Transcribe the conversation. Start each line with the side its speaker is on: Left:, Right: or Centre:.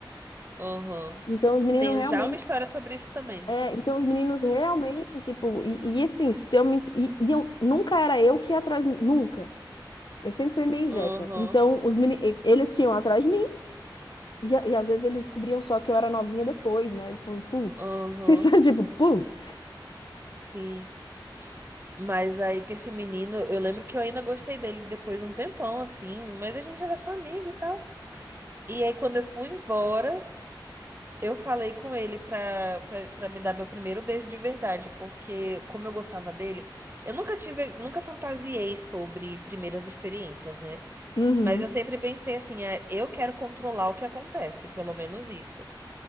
Right: aham.
Left: Então os meninos
Right: Tenho
Left: realmente
Right: já uma história sobre isso também.
Left: É, então os meninos realmente, tipo, e, e assim, se eu me, e, e eu, nunca era eu que ia atrás, de mim, nunca. Eu sempre fui meio
Right: Aham,
Left: jeca. Então, os meni, e- eles que iam atrás de mim, e, a- e às vezes eles descobriam só que eu era novinha depois, né? Eles falam, putz,
Right: aham.
Left: <laughs> isso é tipo, putz.
Right: Sim. Mas aí com esse menino, eu lembro que eu ainda gostei dele depois de um tempão, assim. Mas a gente era só amigo e tal. E aí, quando eu fui embora. Eu falei com ele pra, pra, pra me dar meu primeiro beijo de verdade, porque como eu gostava dele, eu nunca tive, nunca fantasiei sobre primeiras experiências, né?
Left: Uhum.
Right: Mas eu sempre pensei assim, é, eu quero controlar o que acontece, pelo menos isso.